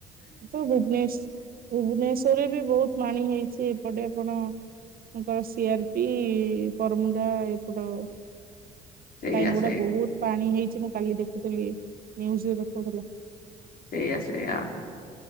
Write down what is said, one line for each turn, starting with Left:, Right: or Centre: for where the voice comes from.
Right: ତ ଭୁବନେଶ୍ ଭୁବନେଶ୍ୱରରେ ବି ବହୁତ ପାଣି ହେଇଚି ଏପଟେ ଆପଣ bus C R P Baramunda ଏପଟ
Left: ସେଇଆ
Right: ଲାଇନ ଗୁଡା
Left: ସେ
Right: ବହୁତ ପାଣି ହେଇଚି, ମୁଁ କାଲି ଦେଖୁଥିଲି। ନ୍ୟୁଜରେ ଦେଖୁଥିଲୁ।
Left: ସେଇଆ ସେଇଆ